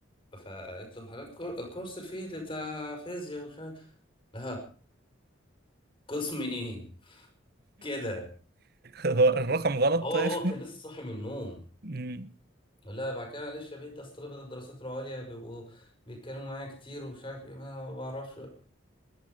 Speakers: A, on the left; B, on the right.
A: فقالت له حضرتك كور- كورس الفيلد بتاع فيزياء ومش عارف ها قسم ايه كده
B: هو الرقم غلط
A: هو
B: طيب
A: هو كان لسه صاحي من النوم
B: مم.
A: لا بعد كده معلش يا بنتي اصل طلبة الدراسات العليا بيبقوا بيتكلموا معايا كتير ومش عارف ايه ما أنا ما بعرفش